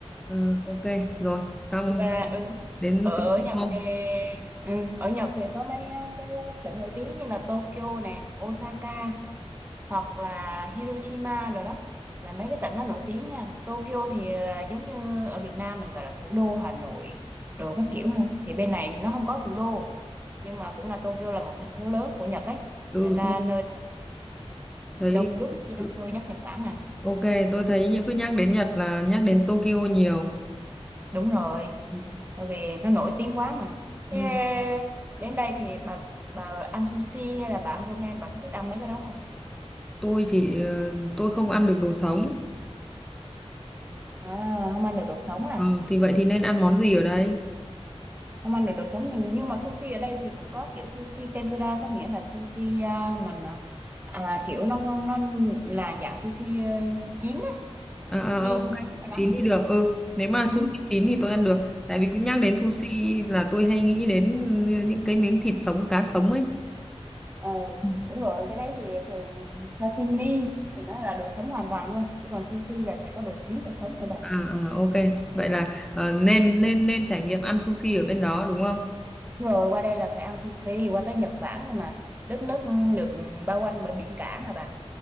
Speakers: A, in the centre; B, on the right.
A: ờ, ok rồi xong
B: thì bà ừ
A: đến
B: ở,
A: Tokyo
B: ở Nhật thì ừ, ở Nhật thì có mấy á, cái tỉnh nổi tiếng như là Tokyo nè Osaka hoặc là Hiroshima rồi đó là mấy cái tỉnh nó nổi tiếng nha Tokyo thì là giống như ở Việt Nam mình gọi là thủ đô Hà Nội rồi các kiểu ha thì bên này nó không có thủ đô nhưng mà cũng là Tokyo là một thành phố lớn của Nhật ấy Thì
A: ừ
B: người ta
A: tôi
B: nơi
A: thấy
B: đông đúc dân
A: cứ-
B: cư nhất Nhật Bản mà
A: ok tôi thấy những cứ nhắc đến Nhật là nhắc đến Tokyo nhiều
B: đúng rồi
A: ừ,
B: bởi vì nó nổi tiếng quá mà
A: Ừ,
B: thế đến đây thì bà bà ăn sushi hay là bà ăn ramen bà có thích ăn mấy cái đó không
A: tôi chỉ ờ, tôi không ăn được đồ sống
B: à không ăn được đồ sống à
A: ừ, thì vậy thì nên ăn món gì ở đây
B: không ăn được đồ sống thì nhưng mà sushi ở đây thì cũng có kiểu sushi tempura có nghĩa là sushi à, mình à, à, kiểu nó nó là dạng sushi à, chín á,
A: À, à,
B: chiên
A: à, ok,
B: rán rồi đó
A: chín thì được. Ừ, nếu mà
B: ừ.
A: sushi chín thì tôi ăn được. Tại vì cứ nhắc đến sushi là tôi hay nghĩ đến những cái miếng thịt sống, cá sống ấy.
B: ờ
A: Ừ.
B: đúng rồi cái đấy thì thường sashimi thì nó là đồ sống hoàn toàn luôn chứ còn sushi là sẽ có đồ chín đồ sống nữa bạn
A: À,
B: ạ
A: à ok. Vậy là ờ, nên nên nên trải nghiệm ăn sushi ở bên đó đúng không?
B: đúng rồi qua đây là phải ăn sushi qua tới Nhật Bản rồi mà đất nước được bao quanh bởi biển cả mà bà